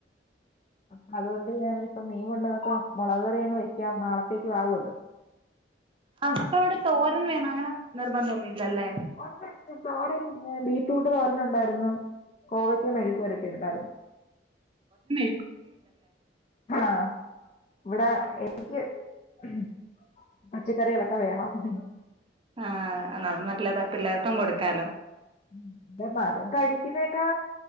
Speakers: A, on the left; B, on the right.
A: അപ്പം അതുകൊണ്ട് ഞാനിപ്പം മീൻ കൊണ്ടുവന്നപ്പോ മുളകുകറി അങ്ങ് വെക്കാം നാളത്തേക്കും ആകുവല്ലോ
B: ആഹ് അപ്പൊ അവിടെ തോരൻ വേണം അങ്ങനെ നിർബന്ധം ഒന്നും ഇല്ലല്ലേ
A: ഒണ്ടൊണ്ട് തോരൻ ബീറ്റ്റൂട്ട് ഏഹ് തോരനൊണ്ടായിരുന്ന് കോവക്ക മെഴുക്ക്പെരട്ടിയത് ണ്ടായിരുന്നു
B: ന്നേ
A: ആഹ് ഇവിടെ ഇ എനിക്ക് ഊഹ് പച്ചക്കറികളൊക്കെ വേണം ഊഹ്
B: ആ അത് നല്ലതാ പിള്ളേർക്കും കൊടുക്കാലോ
A: ഉം ന്റെ മകൻ കഴിക്കിന്നേക്കാ